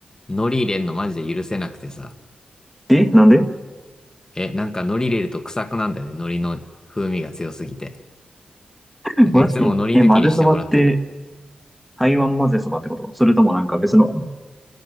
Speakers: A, on the left (about 25°); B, in the centre.
A: 海苔入れんのマジで許せなくてさ。
B: ん。え、なんで
A: え、なんか海苔入れると臭くなんだよね。海苔の風味が強すぎて。
B: <laughs>
A: なんかいつも海苔抜きにしてもらってる。
B: マジえ、混ぜそばって、台湾混ぜそばってことそれともなんか別のがあるの